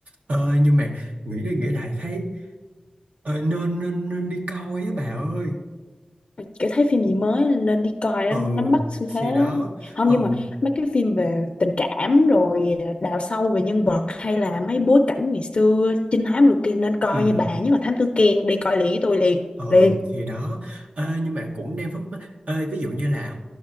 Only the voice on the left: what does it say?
Kiểu thấy phim gì mới nên đi coi đó,
nắm bắt xu
thế
không
nhưng mà mấy cái phim về tình cảm rồi ờ, đào sâu về nhân vật hay là mấy bối cảnh ngày xưa trinh thám rồi kia nên coi
nha bà nhất là Thám Tử Kiên đi coi liền với tôi liền
liền